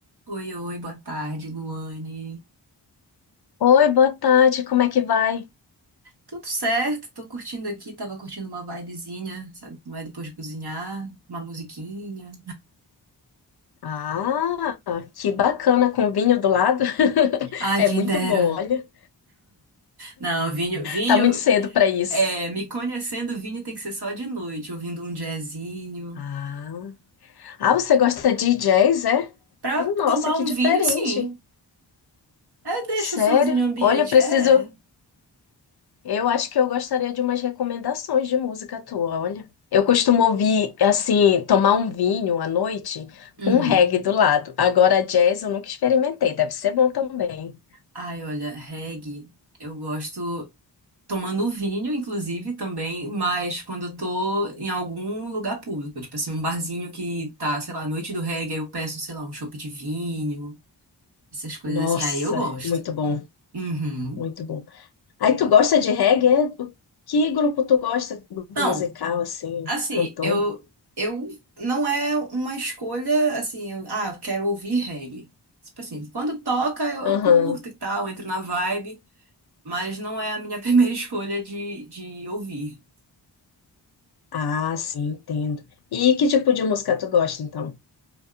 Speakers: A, on the right; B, on the left.
A: Oi, oi, boa tarde, Luane.
B: Oi, boa tarde, como é que vai?
A: Tudo certo? Tô curtindo aqui, tava curtindo uma vibezinha, sabe como é depois de cozinhar, uma musiquinha.
B: Ah, que bacana com vinho do lado. <laughs>
A: Ai,
B: É
A: quem
B: muito
A: dera.
B: bom, olha.
A: Não, vinho, vinho,
B: Tá muito cedo pra isso.
A: é, me conhecendo, vinho tem que ser só de noite, ouvindo um jazzinho.
B: Ah, ah, você gosta de jazz, é?
A: Pra
B: Hum, Nossa,
A: tomar
B: que
A: um
B: diferente.
A: vinho, sim. É, deixa
B: Sério?
A: o sonzinho ambiente,
B: Olha, eu preciso.
A: é.
B: Eu acho que eu gostaria de umas recomendações de música tua, olha. Eu costumo ouvir, assim, tomar um vinho à noite
A: Uhum.
B: com um reggae do lado. Agora, jazz eu nunca experimentei, deve ser bom também.
A: Ai, olha, reggae, eu gosto, tomando vinho, inclusive, também, mas quando eu tô em algum lugar público, tipo assim, um barzinho que tá, sei lá, noite do reggae, aí eu peço, sei lá, um chopp de vinho, essas coisas
B: Nossa,
A: assim, aí eu gosto.
B: muito bom.
A: Uhum.
B: Muito bom. Aí tu gosta de reggae? é? O- Que grupo tu gosta? Grupo
A: Não,
B: musical, assim,
A: assim,
B: cantor?
A: eu, eu não é uma escolha assim, eu- ah, quero ouvir reggae. Tipo assim, quando toca eu,
B: Aham.
A: eu curto e tal, entro na vibe, mas não é a minha <laughs> primeira escolha de, de ouvir.
B: Ah, sim, entendo. E que tipo de música tu gosta, então?